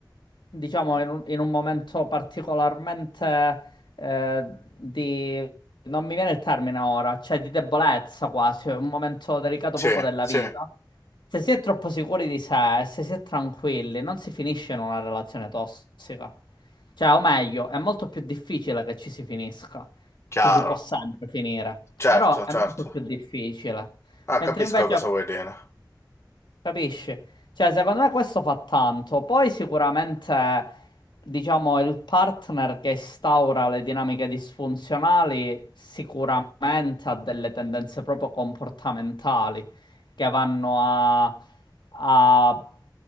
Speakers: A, on the left; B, on the left.
A: diciamo in un, in un momento particolarmente eh, di... non mi viene il termine ora, cioè di debolezza quasi, un momento delicato
B: sì,
A: proprio della
B: sì,
A: vita. Se si è troppo sicuri di sé, se si è tranquilli, non si finisce in una relazione tossica. Cioè, o meglio, è molto più difficile che ci si finisca
B: chiaro,
A: ci si può sempre finire,
B: certo,
A: però è
B: certo.
A: molto più difficile.
B: Ah,
A: Mentre
B: capisco
A: invece
B: cosa vuoi dire.
A: Capisci? Cioè, secondo me questo fa tanto. Poi sicuramente, diciamo, il partner che instaura le dinamiche disfunzionali sicuramente ha delle tendenze proprio comportamentali che vanno a, a-